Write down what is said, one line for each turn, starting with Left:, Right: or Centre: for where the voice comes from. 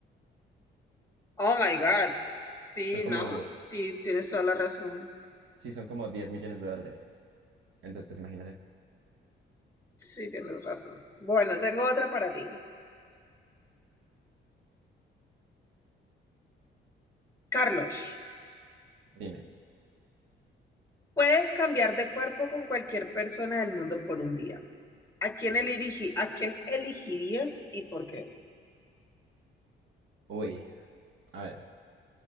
Left: Oh my God. Sí,
Right: Son como,
Left: ¿no? Sí, tienes toda la razón.
Right: sí, son como 10 millones de dólares. Entonces, pues imagínate.
Left: Sí, tienes razón. Bueno, tengo otra para ti. Carlos,
Right: Dime.
Left: puedes cambiar de cuerpo con cualquier persona del mundo por un día. ¿A quién eligi- a quién elegirías y por qué?
Right: Uy, a ver.